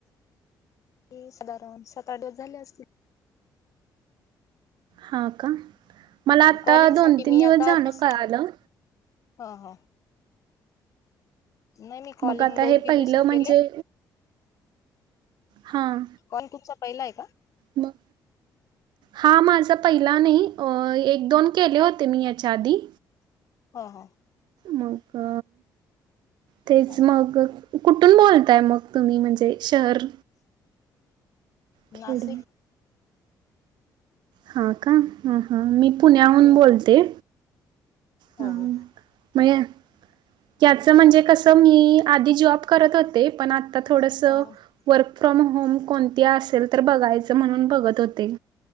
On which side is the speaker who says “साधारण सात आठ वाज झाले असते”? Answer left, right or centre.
Left